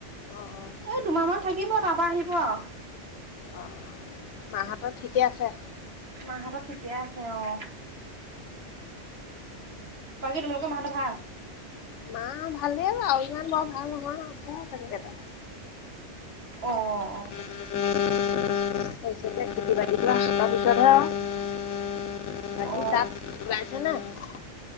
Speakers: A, on the left (about 80°); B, on the right (about 60°).
A: অ', অ',
B: এই দুমাহ মান থাকিব, তাৰপৰা আহিব আৰু।
A: অ অ, মাহঁতৰ ঠিকে আছে?
B: মাহঁতৰ ঠিকে আছে অঁ। বাকী তোমালোকৰ মাহঁতৰ ভাল?
A: মাঁ ভালেই আৰু ইমান বৰ ভাল নহয় আছে আৰু তেনেকে দে।
B: অহ
A: তাৰ পিছতে খেতি বাতিটো আৰু সাতৰ পিছত হে আৰু বাকী তাত
B: অ
A: ওলাইছে নাই